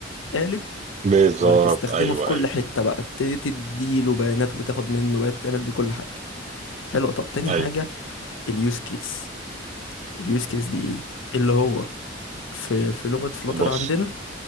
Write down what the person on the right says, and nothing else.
بالظبط
ايوه
ايوه
ايوه
بص